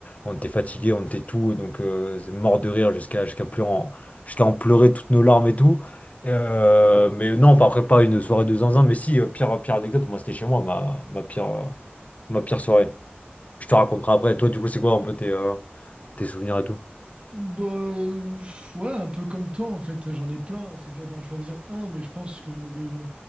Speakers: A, on the left; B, on the right.
A: on était fatigué, on était tout, donc euh, c'est mort de rire jusqu'à jusqu'à pleurer, en- jusqu'à en pleurer toutes nos larmes et tout. Euh, mais non, pas- après pas une soirée de zinzin, mais si, euh, pire, euh, pire anecdote, moi c'était chez moi, ma, ma pire, euh, ma pire soirée. Je te raconterai après. Toi, du coup, c'est quoi un peu tes, euh, tes souvenirs et tout?
B: Bah, euh, ouais, un peu comme toi, en fait. J'en ai plein. C'est dur d'en choisir un, mais je pense que, euh,